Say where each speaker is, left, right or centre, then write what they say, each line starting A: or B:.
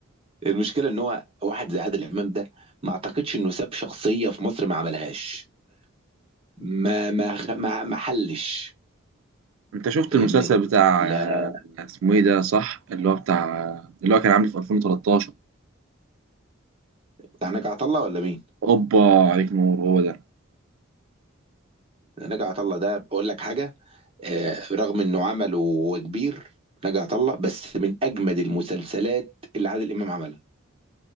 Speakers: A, on the right; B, on the right.
A: المشكله ان هو واحد زي عادل امام ده ما اعتقدش انه ساب شخصيه في مصر ما عملهاش ما ما خ- ما, ما حلش
B: أنت شفت
A: فاهمني
B: المسلسل بتاع
A: لا
B: آه، اسمه إيه ده صح اللي هو بتاع اللي هو كان عامل في 2013
A: بتاع نجع عطا الله ولا مين
B: أوبا عليك نور هو ده
A: نجع عطا الله ده بقول لك حاجه آه رغم انه عمل وكبير نجع عطا الله بس من اجمد المسلسلات اللي عادل امام عملها